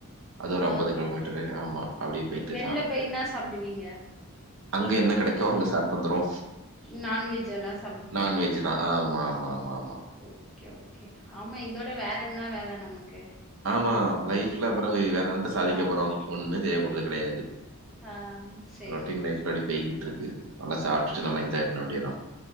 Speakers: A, on the right (about 60°); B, in the centre.
A: அது ஒரு அம்பது
B: ஆஹா!
A: கிலோமீட்ரு ஆம்மா அப்டி போய்ட்டு
B: வெளில
A: சாப்ட்டுட்டு
B: போய் என்ன சாப்டுவீங்க?
A: அங்கே என்ன கெடைக்கோ அங்க சாப் கந்துரு
B: நான்வெஜ் எல்லாம்
A: நான்வெஜ்ஜுதா ஆமமா ஆம்மா ஆம்மா ஆம்மா
B: ஓக்கே ஓக்கே ஆம்மா இதோட வேற என்ன வேலே நம்மக்கு
A: ஆம்மா லைஃப்ல பெறவு வேற என்னத்த சாதிக்க
B: ஆ.
A: போறோ ஒண்ணு செய்ய போறது கிடையாது
B: ஆ சரி,
A: ரொட்டின்
B: சரி.
A: லைஃப்க்கு அப்பிடி போய்கிட்டுருக்கு நல்லா சாப்ட்டுட்டு
B: ஆ.
A: நல்லா என்ஜாய் பண்ண வேண்டிதா